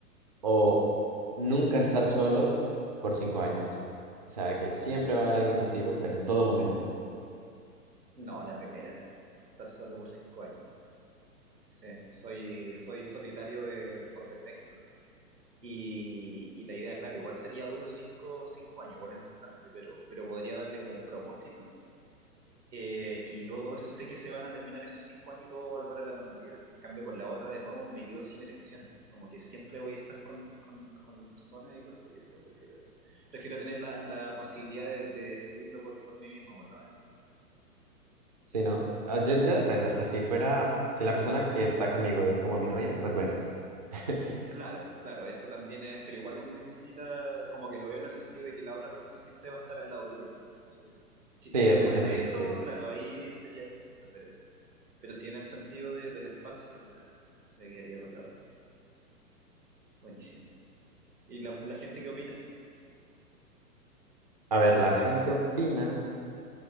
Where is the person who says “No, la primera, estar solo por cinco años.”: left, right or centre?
Right